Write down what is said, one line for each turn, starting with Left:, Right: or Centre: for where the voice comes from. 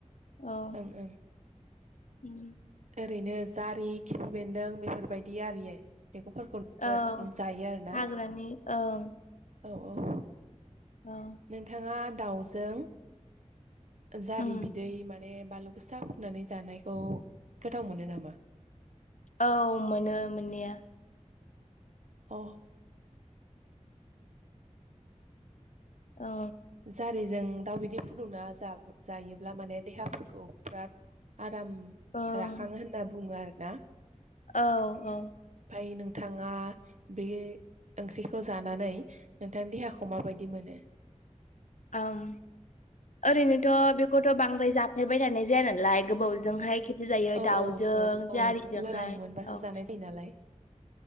Left: ओम
Right: ओं ओं ओरैनो जारि खिफि बेन्दों बेफोरबायदि आरि मैगंफोरखौ
Left: औ
Right: जायो आरोना
Left: हाग्रानि ओं
Right: औ-औ
Left: औ
Right: नोंथाङा दाउजों जारि
Left: उम
Right: बिदै माने बानलु गोसा फुनानै जानायखौ गोथाव मोनो नामा
Left: औ मोनो मोननाया
Right: अ
Left: औ
Right: जारिजों दाउ बिदै फुदुंना जायोब्ला माने देहाफोरखौ बिराद आराम
Left: ओं
Right: राखांङो होनना बुङो आरोना
Left: औ-औ
Right: ओमफाय नोंथाङा बे ओंख्रिखौ जानानै नोंथां देहाखौ माबायदि मोनो
Left: ओं ओरैनोथ' बे खौथ' बांद्राय जाफ्लेबाय थानाय जाया नालाय गोबावजोंहाय खे <unintelligible> जायो
Right: औ
Left: दाउजों
Right: औ औ
Left: जारि
Right: औ
Left: जोंहाय
Right: लोरबां मोनबासो
Left: औ
Right: जानाय जायो नालाय